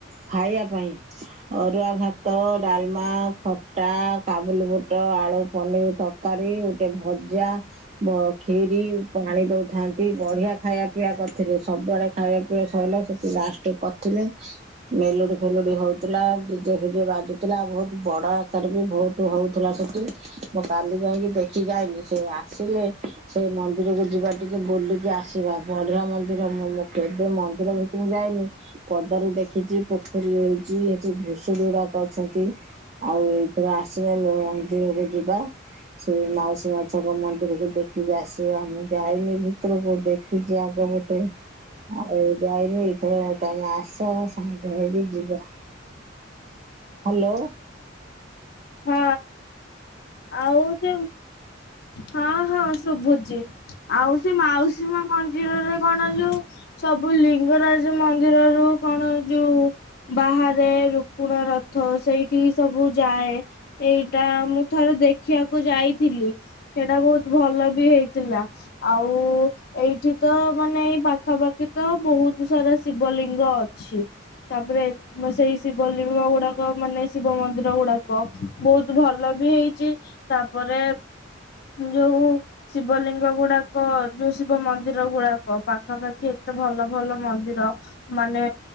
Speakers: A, on the right; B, on the left.
A: ଖାଇବା ପାଇଁ। ଅରୁଆ ଭାତ, ଡାଲମା, ଖଟା, କାବୁଲି ବୁଟ, ଆଳୁ, ପନିର ତରକାରୀ ଗୋଟେ ଭଜା କ୍ଷୀରି ପାଣି ଦଉଥାନ୍ତି ବଢିଆ ଖାଇବା ପିବା କରିଥିଲେି ସବୁଆଡେ ଖାଇବା ପିଇବା ସରଲା ସେଠି ଲାଷ୍ଟ କରିଥିଲେ ମେଲୋଡି ଫେଲୁଡି ହଉ ଥିଲା ଜେ ଫଜେ ବାଜୁଥିଲାଉ ବହୁତ ବଡ ଆକାର ବି ବହୁତ ହଉଥିଲା ସେଠି ମୋ କାଲି ଯାଇକି ଦେଖିକି ଆଇଲି ସେ ଆସିଲେ ସେ ମନ୍ଦିରକୁ ଯିବା ଟିକେ ବୁଲିକି ଆସିବା ବଢିଆ ମନ୍ଦିର ମୁଁ ମୁଁ କେବେ ମନ୍ଦିର ଭିତକୁ ଯାଇଏନି ପଦାରୁଦେଖିଛି ପୋଖରୀ ଯ ଘୁଷୁ ଗୁଡା କରିଛନ୍ତି। ଆଉ ଏଇଥର ଆସିଲ ମନ୍ଦିରକୁ ଯିବା। ସେ ମାଉସୀ ମାଛଙ୍କ ମନ୍ଦିରକୁ ଦେଖିକି ଆସିବା ଆମେ ଯାଇନି ଭିତରକୁ ଦେଖି ପଜ ଆଗ ଗୋଟେ <inaudible> ଆଉ ଏଇ ଯାଇନି ଏଇଥର ତମେ ଆସ ସାଙ୍ଗହୋଇ କି ଯିବା। ହାଲୋ।
B: ହଁ ଆଉ ସେ ହଁ ହଁ ଶୁଭୁଛି ଆଉ ସେ ମାଉସୀ ମା ମନ୍ଦିରରେ କଣ ଯୋଉ ସବୁ ଲିଙ୍ଗରାଜ ମନ୍ଦିର ରୁ କଣ ଯୋଉ ବାହାରେ ରୁକୁଣ ରଥ ସେଇଠି ସବୁ ଯାଏ। ଏଇଟା ମୁଁ ଥାରେ ଦେଖିବାକୁ ଯାଇଥିଲି ସେଇଟା ବହୁତ ଭଲ ବି ହେଇଥିଲା। ଆଉ ଏଇଠି ତ ମାନେ ଏଇ ପାଖାପାଖି ତ ବହୁତ ସାରା ଶିବ ଲିଙ୍ଗ। ଅଛି ତାପରେ ସେଇ ଶିବଲିିଙ୍ଗ ଗୁଡାକ ମାନେ ଶିବ ମନ୍ଦିର ଗୁଡାକ ବ ବହୁତ ଭଲ ବି ହେଇଛି ତାପରେ ଯୋଉ ଶିବଲିଙ୍ଗ ଗୁଡାକ ଯୋଉ ଶିବ ମନ୍ଦିର ଗୁଡାକ ପାଖାପାଖି ଏତେ ଭଲ ଭଲ ମନ୍ଦିର ମାନେ